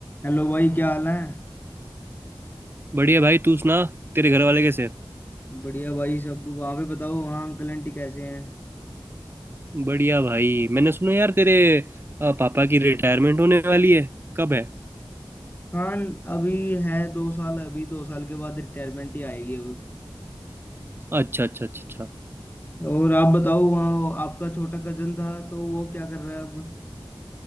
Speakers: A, on the left (about 20°); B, on the right (about 25°).
A: Hello भाई क्या हाल है
B: बढ़िया भाई तू सुना तेरे घर वाले कैसे हैं?
A: बढ़िया भाई सब वहाँ पे बताओ वहाँ अंकल आंटी कैसे हैं
B: बढ़िया भाई मैंने सुना यार तेरे अ, पापा की रिटायरमेंट होने वाली है कब है
A: हाँ अभी है दो साल अभी दो साल के बाद रिटायरमेंट ही आएगी अब
B: अच्छा अच्छा अच्छा अच्छा
A: और आप बताओ वहाँ आपका छोटा कजन था तो वो क्या कर रहा है अब